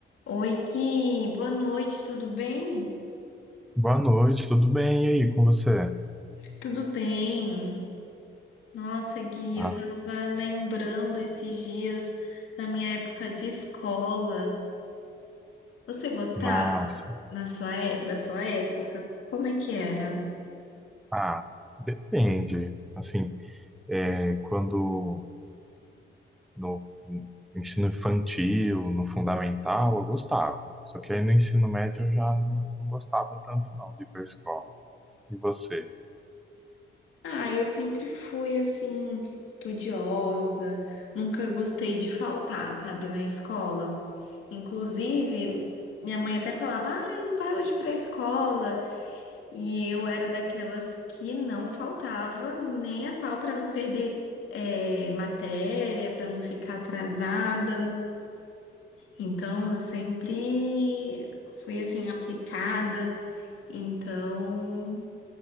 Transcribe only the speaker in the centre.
Boa noite, tudo bem? E aí, com você?
Ah,
nossa.
Ah, depende. Assim, é, quando no ensino infantil, no fundamental, eu gostava. Só que aí no ensino médio eu já não gostava tanto não de ir pra escola. E você?